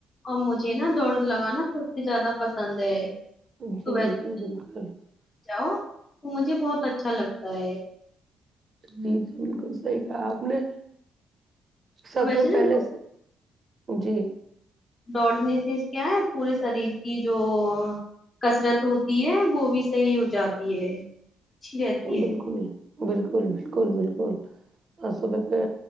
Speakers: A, on the left (about 30°); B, on the right (about 40°).
A: اور مجھے نا دوڑ لگانا سب سے زیادہ پسند ہے
B: جی
A: صبح
B: جی بالکل
A: جاؤ تو مجھے بہت اچھا لگتا ہے
B: جی جی بالکل صحیح کہا آپ نے سب
A: اور ویسے
B: سے
A: نا
B: پہلے
A: دو-
B: جی
A: دوڑنے سے کیا ہے پورے شریر کی جو کسرت ہوتی ہے وہ بھی صحیح ہو جاتی ہے اچھی رہتی
B: بالکل
A: ہے
B: بالکل بالکل بالکل آ سب کے